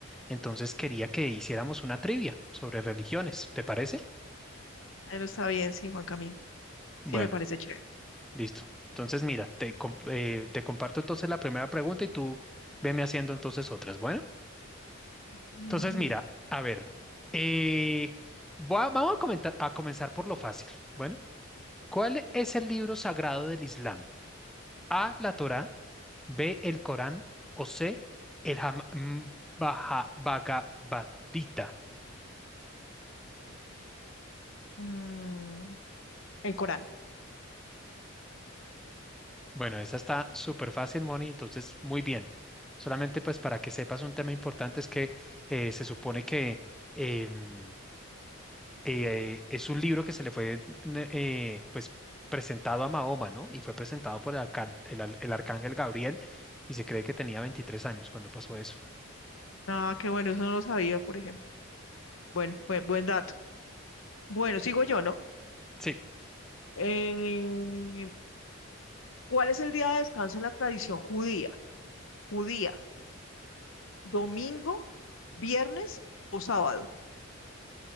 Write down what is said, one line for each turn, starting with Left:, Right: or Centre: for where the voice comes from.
Centre: entonces quería que hiciéramos una trivia sobre religiones, ¿te parece?
Left: Bueno, está bien, sí, Juan Camilo.
Centre: Bueno,
Left: Sí, me parece chévere.
Centre: listo. Entonces mira, te, comp- eh, te comparto entonces la primera pregunta y tú veme haciendo entonces otras. Bueno,
Left: Mm,
Centre: Entonces, mira, a ver, eh, voy a- vamos a, comentar- a comenzar por lo fácil. Bueno, ¿cuál es el libro sagrado del Islam? A, la Torá, B, el Corán o C, el Jam- mm, Baja- Bhagavad Gita.
Left: mm, el Corán.
Centre: Bueno, esa está súper fácil, Moni, entonces muy bien. Solamente pues para que sepas un tema importante es que eh, se supone que em, eh, eh, es un libro que se le fue ne- eh, pues presentado a Mahoma, ¿no? Y fue presentado por el, arca- el al- el arcángel Gabriel y se cree que tenía 23 años cuando pasó eso.
Left: Ah, qué bueno, eso no lo sabía, por ejemplo. Bueno, buen, buen dato. Bueno, sigo yo, ¿no?
Centre: Sí,
Left: Eh, ¿cuál es el día de descanso en la tradición judía? Judía, domingo, viernes o sábado.